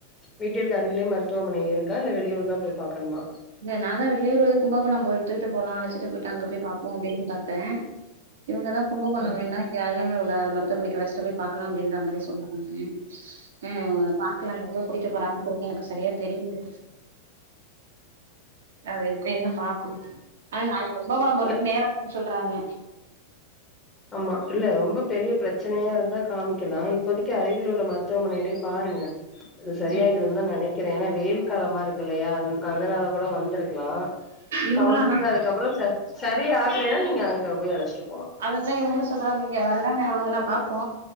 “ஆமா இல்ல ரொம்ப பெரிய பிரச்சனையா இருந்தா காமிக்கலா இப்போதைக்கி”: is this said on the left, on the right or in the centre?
Left